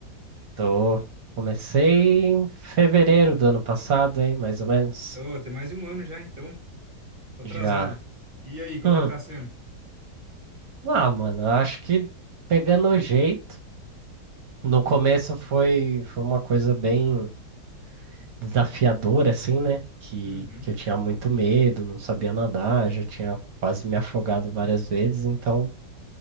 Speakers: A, on the right; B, on the right.
A: tô. Comecei em fevereiro do ano passado, hein? Mais ou menos.
B: Ô, tem mais de um ano já, então. Tô
A: Já.
B: atrasado. E aí, como
A: Hum.
B: que tá sendo?
A: Ah, mano, eu acho que pegando o jeito. No começo foi, foi uma coisa bem desafiadora, assim, né? Que,
B: Uhum,
A: que eu tinha muito medo, não sabia nadar, já tinha quase me afogado várias vezes, então